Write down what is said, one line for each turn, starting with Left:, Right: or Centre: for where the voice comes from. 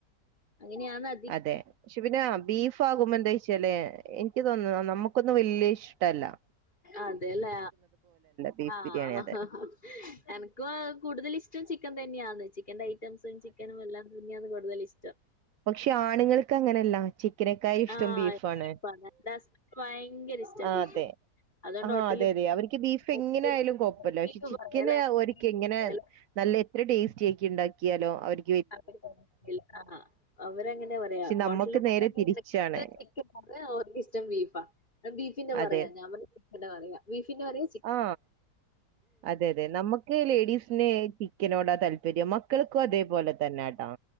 Left: അങ്ങനെയാന്ന്.
Right: അതെ, പക്ഷേ പിന്നാ ബീഫ് ആകുമ്പ എന്താ വെച്ചല് എനിക്ക് തോന്നുന്നു നമ്മു ക്കൊന്നും വല്യ ഇഷ്ടല്ലാ.
Left: അതേല്ലേ,
Right: ബീഫ്
Left: അ,
Right: ബിരിയാണി അതെ
Left: ഹ്, ഹ് എന ഇക്ക്‌ കൂടുതൽ ഇഷ്ടം ചിക്കൻ തന്നെയാന്ന് ചിക്കന്റെ ഐറ്റംസും ചിക്കനും എല്ലാം തന്നെയാണ് കൂടുതൽ ഇഷ്ടം.
Right: പക്ഷേ ആണുങ്ങൾക്ക് അങ്ങനെയല്ലാ ചിക്കനെക്കായി ഇഷ്ടം
Left: ആഹ്
Right: ബീഫാണ്.
Left: എന്റെ ഹസ്ബൻഡിന് ഭയങ്കര ഇഷ്ടാ
Right: ആ
Left: ബീഫ്.
Right: അതെ
Left: അതുകൊണ്ട്
Right: ആ,
Left: ഹോട്ടലിൽ
Right: അതെ, അതെ അവർക്ക് ബീഫ്
Left: ഹോട്ടലിൽ
Right: എങ്ങനെ ആയാലും കോപ്പല്ല
Left: ബീഫ്
Right: പക്ഷെ ചിക്കനെയാ
Left: പറയാല്ലേ
Right: ഒരുക്കി
Left: ബീഫ്
Right: ഇങ്ങനേ
Left: പറയാല്ലേ
Right: നല്ല എത്ര ടേസ്റ്റി ആക്കി ഉണ്ടാക്കിയലോ അവര്
Left: <unintelligible> ആഹ് അവരങ്ങനെയാ പറയാ
Right: പക്ഷെ
Left: ഹോട്ടലിൽ
Right: നമ്മക്ക്
Left: ഫുഡ്‌
Right: നേരെ
Left: <inaudible>
Right: തിരിച്ചാണ്
Left: അർക്ക് ഇഷ്ടം ബീഫാ ബീഫിന്റെ പറയാ
Right: അതെ
Left: ഞാൻ പറഞ്ഞു <inaudible> പറയാ ബീഫിന്റെ കറി
Right: ആ, അതെ, അതെ നമ്മക്ക് ലേഡീസിന് ചിക്കനോടാ താൽ പ്പര്യം മക്കൾക്കും അതേപോലെ തന്നാട്ടോ.